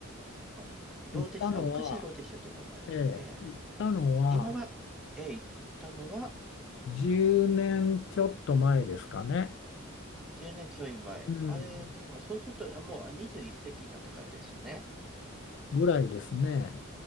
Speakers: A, in the centre; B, on the left (about 60°).
A: あ、ローテシア、
B: 行ったのは、
A: あ、昔はローテシアという名前で、
B: ええ、
A: ええ、
B: 行ったのは
A: 今は、ええ、い行ったのは
B: 10年ちょっと前ですかね。
A: 10年ちょい前。
B: うん。
A: あえっと、今、そうすると、あもうあ21世紀になってからですね。
B: ぐらいですね。